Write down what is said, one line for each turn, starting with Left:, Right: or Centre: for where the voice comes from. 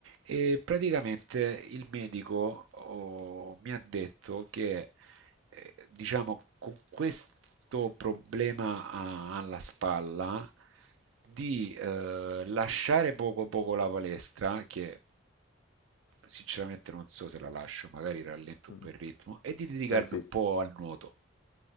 Right: E praticamente il medico oh, mi ha detto che, eh, diciamo, con questo problema a- alla spalla, di eh, lasciare poco poco la palestra, che sinceramente non so se la lascio, magari rallento un
Left: Mm.
Right: po' il ritmo, e di dedicarmi
Left: Eh sì,
Right: un po' al nuoto